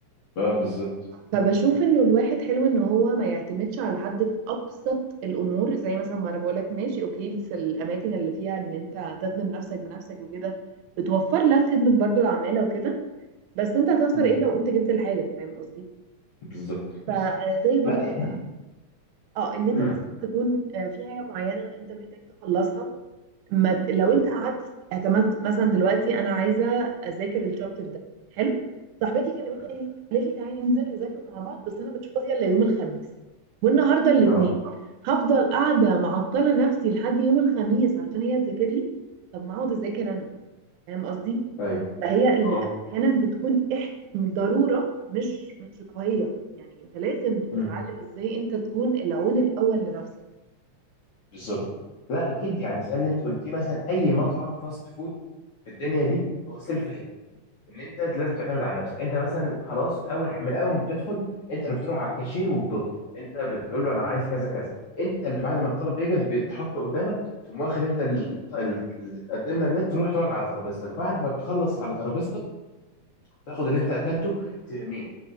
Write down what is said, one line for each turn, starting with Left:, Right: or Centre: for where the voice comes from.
Left: اه بالظبط
Right: فبشوف انه الواحد حلو ان هو ما يعتمدش على حد في ابسط الامور زي مثلا ما انا بقولك ماشي اوكي الس- الاماكن اللي فيها ان انت تخدم نفسك بنفسك وكده بتوفر لك خدمة برضو العمالة وكده بس انت هتخسر
Left: مم.
Right: ايه لو قمت جبت الحاجة فاهم قصدي
Left: بالظبط
Right: فزي
Left: بالظبط
Right: برضو
Left: لا إيه.
Right: مثلا اه ان انت
Left: مم.
Right: مثلا تكون آه، في حاجة معينة انت محتاج تخلصها ما ت- لو
Left: مم.
Right: انت قعدت است- اعتمدت مثلا دلوقتي انا عايزه اذاكر الشابتر ده حلو صاحبتي كلمتني
Left: مم.
Right: قالت قالت لي تعالي ننزل نذاكره مع بعض بس انا مش فاضيه الا يوم الخميس والنهارده الاثنين
Left: اه
Right: هفضل قاعده معطله نفسي لحد يوم الخميس عشان هي تذاكر لي طب ما اقعد اذاكر انا فاهم قصدي
Left: ايوه
Right: فهي ال-
Left: اه
Right: احيانا بتكون احت... ضروره مش مش رفاهيه يعني انت لازم تتعلم
Left: مم.
Right: ازاي انت تكون العون الاول لنفسك
Left: بالظبط لا اكيد يعني زي اللي انت قلتيه مثلا اي مطعم فاست فود في الدنيا دي هو سيلف هيلب، ان انت لازم تعتمد على نفسك انت مثلا خلاص اول ح- من اول ما بتدخل انت اللي بتروح على الكاشير وبتطلب انت بتقول له انا عايز كذا كذا انت اللي بعد ما الطلب يجهز بيتحط قدامك تقوم واخد انت ال- ال- اللي اتقدم لك ده تروح تقعد على ترابيزتك بعد ما بتخلص على ترابيزتك تاخد اللي انت اكلته ترميه